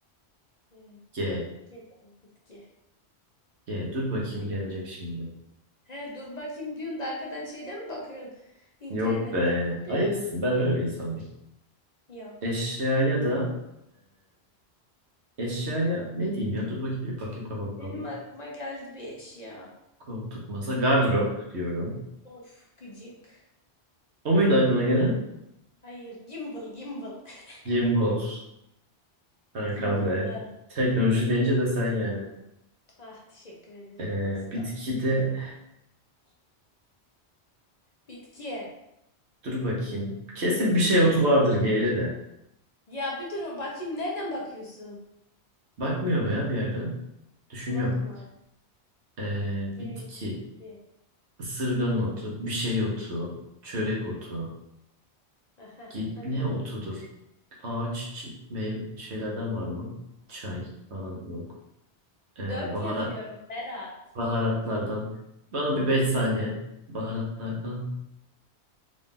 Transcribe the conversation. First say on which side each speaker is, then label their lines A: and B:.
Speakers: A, on the left (about 40°); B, on the right (about 75°).
A: Ee,
B: G.
A: G. Bitki.
B: G. Dur bakayım gelecek şimdi.
A: He dur bakayım diyorsun da arkadan şeyden mi bakıyorsun? İnternetten.
B: Yok be.
A: Kopya.
B: Ayıpsın. Ben öyle bir insan mıyım?
A: Yok.
B: Eşyaya da e, Eşyaya ne diyeyim ya? Dur bakayım bir bakayım kafam kaldı.
A: Benim aklıma geldi bir eşya.
B: Koltuk, masa, gardırop diyorum.
A: Of gıcık.
B: O muydu aklına gelen?
A: Hayır, gimbal, gimbal. <laughs>
B: Gimbal, kankam
A: Gimbal'da.
B: be. Teknoloji deyince de sen yani.
A: Ah, teşekkür ederim
B: Ee,
A: dostum.
B: bitkide
A: Bitki.
B: dur bakayım. Kesin bir şey otu vardır G'li de.
A: Ya bir dur bakayım nereden bakıyorsun?
B: Bakmıyor mu ya bir yerden? Düşünüyorum.
A: Bakma.
B: Ee,
A: G
B: bitki,
A: ile bitki.
B: ısırgan
A: Go.
B: otu, bir şey otu, çörek otu.
A: Aha,
B: Git
A: aynen
B: ne otudur?
A: aynen.
B: Ağaç, çi- meyve şeylerden var mı? Çay falan yok. Ee,
A: Dört
B: bahara-
A: yazıyorum Berat.
B: Baharatlardan. Bana bir 5 saniye. Baharatlardan